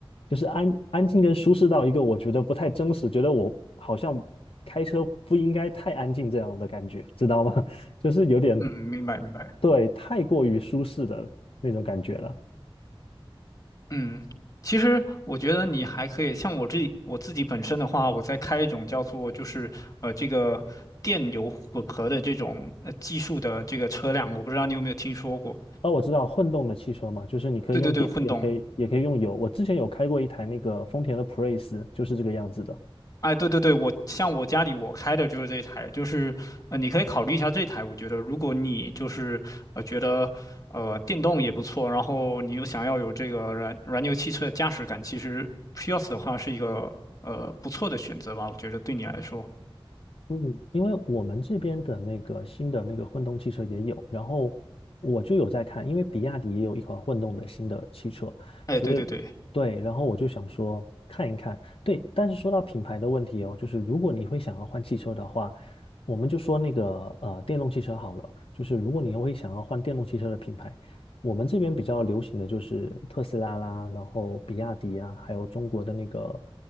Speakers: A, on the left; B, on the left.
A: 就是安安静跟舒适到一个我觉得不太真实，觉得我好像开车不应该太安静这样的感觉，知道吗？<laughs> 就是有点
B: 嗯，明白明白。
A: 对太过于舒适的那种感觉了。
B: 嗯，其实我觉得你还可以，像我这己我自己本身的话，我在开一种叫做就是呃这个电油混合的这种呃技术的这个车辆，我不知道你有没有听说过？
A: 哦，我知道混动的汽车嘛，就是你可以用电，
B: 对对对，混动。
A: 也可以也可以用油。我之前有开过一台那个丰田的普锐斯，就是这个样子的。
B: 哎，对对对，我像我家里我开的就是这台，就是呃你可以考虑一下这台，我觉得如果你就是呃觉得呃电动也不错，然后你又想要有这个燃燃油汽车的驾驶感，其实 Prius 的话是一个呃不错的选择吧，我觉得对你来说。
A: 嗯，因为我们这边的那个新的那个混动汽车也有，然后我就有在看，因为比亚迪也有一款混动的新的汽车，
B: 哎，
A: 所以对，
B: 对对对，
A: 然后我就想说看一看。对，但是说到品牌的问题哦，就是如果你会想要换汽车的话，我们就说那个呃电动汽车好了，就是如果你会想要换电动汽车的品牌。我们这边比较流行的就是特斯拉啦，然后比亚迪啊，还有中国的那个